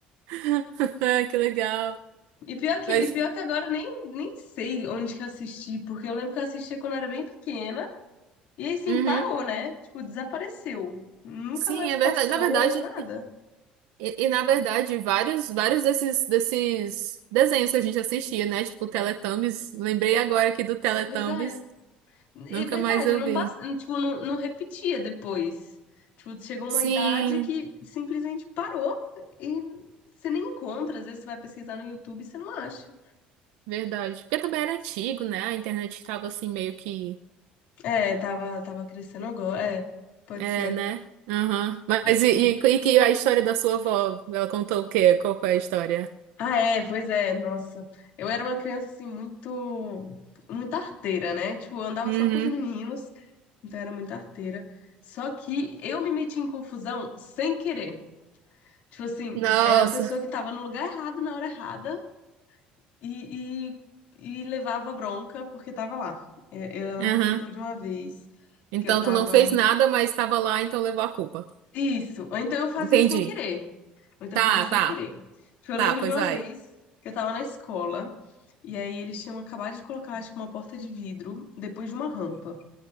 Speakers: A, on the right; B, on the left.
A: <laughs> Que legal.
B: E pior que,
A: Mas,
B: e pior que agora eu nem, nem sei onde que eu assisti, porque eu lembro que eu assistia quando eu era bem pequena. E aí, sim,
A: uhum.
B: parou, né? Tipo, desapareceu. Nunca
A: Sim,
B: mais
A: é verdade.
B: passou
A: Na verdade,
B: nada.
A: E, e, na verdade, vários, vários desses, desses desenhos que a gente assistia, né? Tipo Teletubbies. Lembrei agora aqui do Teletubbies.
B: Pois é. É
A: Nunca
B: verdade,
A: mais eu
B: não
A: vi.
B: passa, tipo, não, não repetia depois. Tipo, chegou uma
A: Sim,
B: idade que simplesmente parou e você nem encontra. Às vezes você vai pesquisar no YouTube e você não acha.
A: verdade. Porque também era antigo, né? A internet estava assim meio que.
B: É, tava, tava crescendo agora. É, pode
A: É,
B: ser,
A: né? Aham. Mas
B: pode ser.
A: e, e, e que a história da sua avó? Ela contou o quê? Qual foi a história?
B: Ah, é, pois é, nossa. Eu era uma criança, assim, muito, muito arteira, né? Tipo, eu andava
A: Uhum.
B: só com os meninos, então era muito arteira. Só que eu me meti em confusão sem querer. Tipo assim,
A: Nossa.
B: era a pessoa que tava no lugar errado na hora errada e, e, e levava bronca porque tava lá. É, Ela
A: Aham.
B: me contou de uma vez
A: Então
B: que eu tava.
A: tu não fez nada, mas estava lá, então levou a culpa.
B: Isso, ou então eu fazia
A: Entendi.
B: sem querer. Ou então
A: Tá,
B: fazer sem
A: tá.
B: querer. Tipo, Eu
A: Tá,
B: lembro
A: pois
B: de uma
A: vai.
B: vez que eu tava na escola, e aí eles tinham acabado de colocar, acho que uma porta de vidro depois de uma rampa.